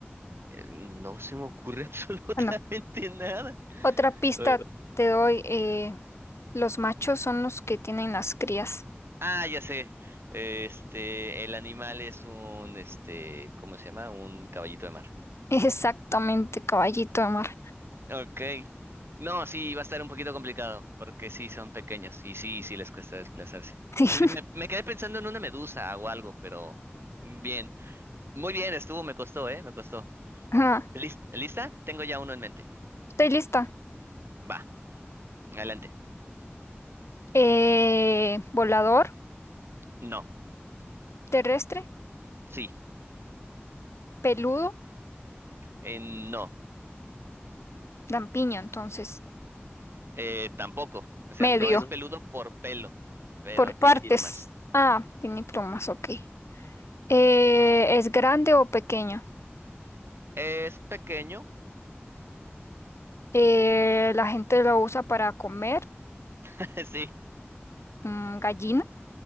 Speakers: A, on the right; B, on the left.
A: eh, no se me ocurre <laughs> absolutamente
B: Bueno,
A: nada.
B: otra pista
A: Eh,
B: te doy. eh, los machos son los que tienen las crías.
A: Ah, ya sé, este, el animal es un, este, ¿cómo se llama? Un caballito de mar.
B: <laughs> Exactamente, caballito de mar.
A: Ok. No, sí, va a estar un poquito complicado, porque sí, son pequeños y sí, sí les cuesta desplazarse.
B: <laughs>
A: Uy, Me, me quedé pensando en una medusa o algo, pero bien. Muy bien, estuvo, me costó, ¿eh? Me costó.
B: Ajá,
A: ¿Lis- ¿Lista? Tengo ya uno en mente.
B: estoy lista.
A: Va, adelante.
B: Eh, volador,
A: No,
B: terrestre,
A: sí,
B: peludo,
A: eh, no,
B: lampiño, entonces,
A: eh, tampoco. O sea,
B: medio,
A: no es
B: Peludo,
A: peludo por pelo, pero
B: por
A: tiene
B: partes.
A: plumas.
B: Ah, tiene plumas, ok. Eh, ¿es grande o pequeño?
A: ¿Es pequeño?
B: Eh, la gente lo usa para comer.
A: <laughs> Sí,
B: Mm, gallina,